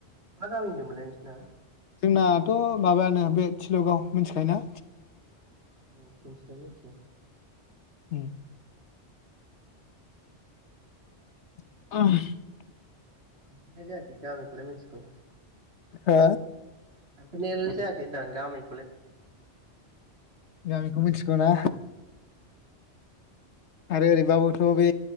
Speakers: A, on the right; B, on the left.
A: मा गामि होनो मोनलाय नोंसिना?
B: जोंनाथ' माबायानो बे थिल'गाव मिथिखायो ना?
A: थिल' गाव औ मिथिनायालाय मोनथियो।
B: उम <unintelligible>
A: थांनाय जायाखै गामिखौलाय मिथिगौ
B: हो
A: थांफेरनायलाय जायाखै गामि
B: गामिखौ मिथिगौ ना आरो ओरैबाबोथ' बे